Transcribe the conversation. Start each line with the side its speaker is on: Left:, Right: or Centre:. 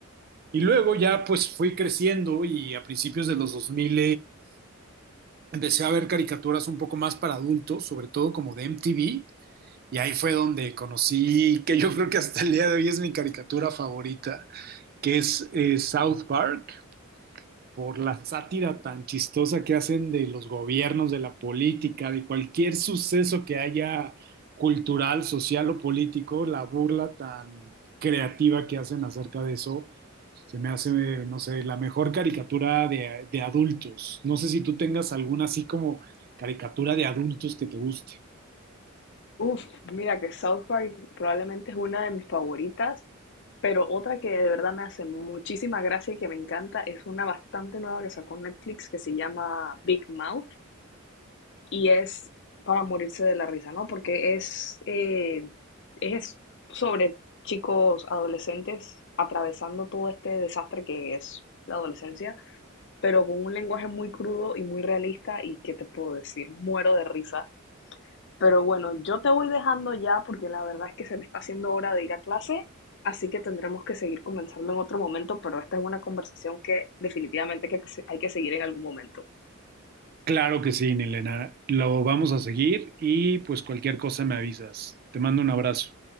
Right: Y luego ya, pues, fui creciendo y a principios de los 2000 empecé a ver caricaturas un poco más para adultos, sobre todo como de MTV, y ahí fue donde conocí, que yo creo que hasta el día de hoy es mi caricatura favorita, que es eh, South Park, por la sátira tan chistosa que hacen de los gobiernos, de la política, de cualquier suceso que haya cultural, social o político, la burla tan creativa que hacen acerca de eso, se me hace, no sé, la mejor caricatura de, de adultos. No sé si tú tengas alguna así como caricatura de adultos que te guste.
Left: Uf, mira que South Park probablemente es una de mis favoritas, pero otra que de verdad me hace muchísima gracia y que me encanta es una bastante nueva que sacó Netflix que se llama Big Mouth y es para morirse de la risa, ¿no? Porque es, eh, es sobre chicos adolescentes atravesando todo este desastre que es la adolescencia, pero con un lenguaje muy crudo y muy realista y, ¿qué te puedo decir? Muero de risa pero bueno, yo te voy dejando ya porque la verdad es que se me está haciendo hora de ir a clase, así que tendremos que seguir conversando en otro momento, pero esta es una conversación que definitivamente que hay que seguir en algún momento.
Right: Claro que sí, Elena. Lo vamos a seguir y pues cualquier cosa me avisas. Te mando un abrazo.